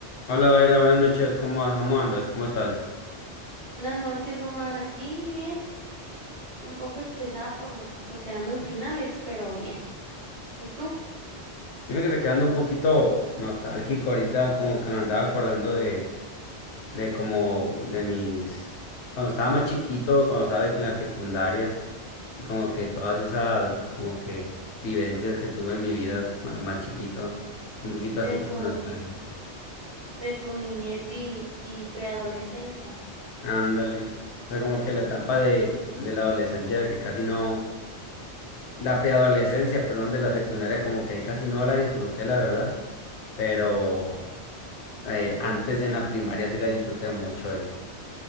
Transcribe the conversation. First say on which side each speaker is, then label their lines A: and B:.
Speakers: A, on the left (about 80°); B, on the right (about 40°).
A: Hola, Daira, buenas noches. ¿Cómo, vas? cómo andas? ¿Cómo estás?
B: Buenas noches, Omar. Aquí bien, un poco estresada por, por quedando en finales, pero bien. ¿Y tú?
A: Fíjate que quedando un poquito nostálgico ahorita, como que me andaba acordando de, de como de mis, cuando estaba más chiquito, cuando estaba de que en la secundaria, y como que todas esas, como que vivencias que tuve en mi vida más, más chiquito, un poquito así
B: De
A: como
B: tu,
A: nostálgico.
B: de tu niñez y, y preadolescencia.
A: Ándale. O sea, como que la etapa
B: ¿no?
A: de, de la adolescencia, que casi no, la preadolescencia, perdón, de la secundaria, como que ahí casi no la disfruté, la verdad pero Eh, antes en la primaria sí la disfruté mucho ahí.